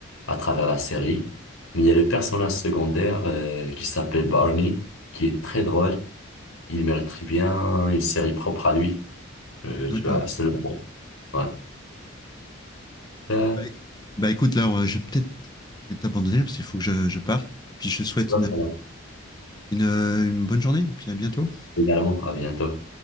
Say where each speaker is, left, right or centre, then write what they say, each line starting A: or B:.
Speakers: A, on the left; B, on the left.
A: à travers la série. Mais il y a le personnage secondaire euh, qui s'appelle Barney qui est très drôle Il mérite très bien une série propre à lui. Euh,
B: pas.
A: tu
B: D'accord.
A: vas, c'est le bon. Ouais. Euh,
B: Bah, éc- bah, écoute, là, on- je vais peut-être, je vais t'abandonner parce qu'il faut que je, je parte. Et puis je te souhaite
A: ouais,
B: une,
A: voilà.
B: une, une bonne journée. Et puis à bientôt.
A: Également, à bientôt.